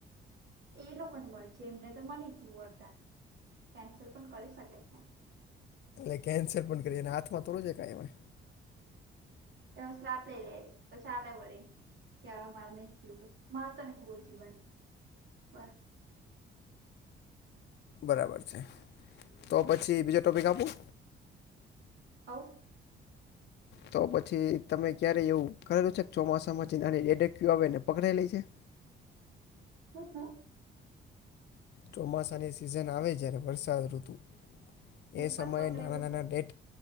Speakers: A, on the right (about 65°); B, on the left (about 60°).
A: એ લોકો ની મરજી એમને તો મની ગયું અડધાન કેન્સલ પણ કરી શકે ને
B: એ કેન્સલ પણ કરીને એના હાથમાં થોડુ છે ક ઈ-
A: વવસ આપ લે <unintelligible> ઈતો ચાલે વરી ક્યા માવું માર તો નહી બો જીવનની બસ-
B: બરાબર છે તો પછી બીજો ટોપિક આપું?
A: હ.
B: તો પછી તમે ક્યારે એવું કરેલું છે કે ચોમાસામાં જે નાની ડેડેકુ આવે ને પકડેલી.
A: હહ-
B: ચોમાસાની સિઝન આવે છે વરસાદ ઋતુ.
A: હું
B: એ સમયે
A: પણ પકડેલું
B: નાના નાના
A: છે
B: ડેટ.